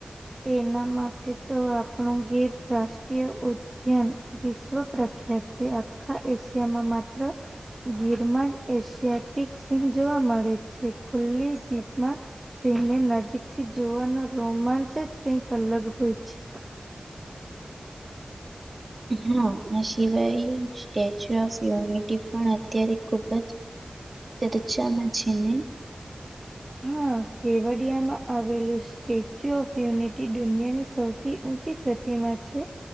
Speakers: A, on the right (about 30°); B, on the right (about 50°).
A: એના માટે તો આપણું ગેર રાષ્ટ્રીય વિશ્વ પ્રખ્યાત છે આખા એશિયામાં માત્ર ગીરમાં જ એશિયાટિક સિંહ જોવા મળે છે ખુલ્લી જીપમાં. સિંહને નજીક થી જોવાનો રોમાંચ જ કઈક અલગ હોય છે.
B: હા આ સિવાય સ્ટેચ્યુ ઓફ યુનિટી પણ અત્યારે ખુબ જ તર ચમા છેની
A: હા કેવડિયામાં આવેલું છે. સ્ટેચ્યુ ઓફ યુનિટી દુનિયાની સૌથી ઊંચી પ્રતિમા છે.